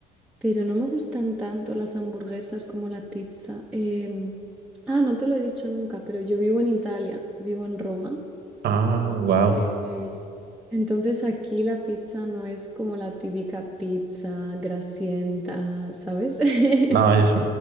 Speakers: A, in the centre; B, on the right.
A: pero no me gustan tanto las hamburguesas como la pizza. Em, ah, no te lo he dicho nunca, pero yo vivo en Italia, vivo en Roma.
B: ah, wow.
A: eh, entonces aquí la pizza no es como la típica pizza grasienta, ¿sabes?
B: No,
A: <laughs>
B: es,